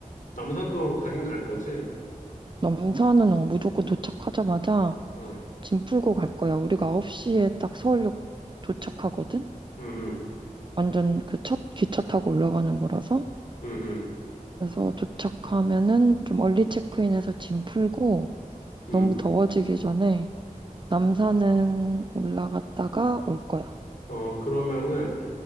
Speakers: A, on the left; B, on the right.
A: 남산도 가긴 갈 거지?
B: 남산은 어, 무조건 도착하자마자
A: 어,
B: 짐 풀고 갈 거야. 우리가 9시에 딱 서울역 도착하거든?
A: 응, 응,
B: 완전 그 첫 기차 타고 올라가는 거라서.
A: 응, 응,
B: 그래서 도착하면은 좀 얼리 체크인해서 짐 풀고
A: 응.
B: 너무 더워지기 전에 남산은 올라갔다가 올 거야.
A: 어, 그러면은,